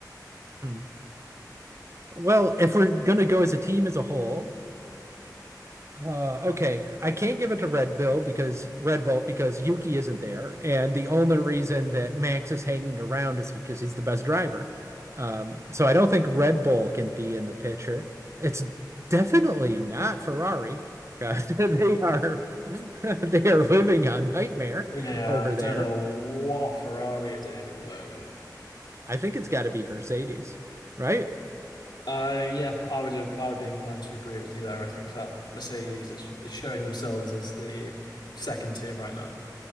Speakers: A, on the right; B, on the left.
A: Hmm. Well, if we're gonna go as a team as a whole, uh, okay, I can't give it to Red Bull because Red Bull because Yuki isn't there, and the only reason that Max is hanging around is because he's the best driver. Um, so I don't think Red Bull can be in the picture. It's definitely not Ferrari because <laughs> they are <laughs> they are living a nightmare
B: Yeah,
A: over
B: I don't
A: there.
B: know what Ferrari are doing at the moment.
A: I think it's got to be Mercedes, right?
B: Uh, yeah, I would have, I would be inclined to agree with you there. I think that Mercedes is, is showing themselves as the second team right now.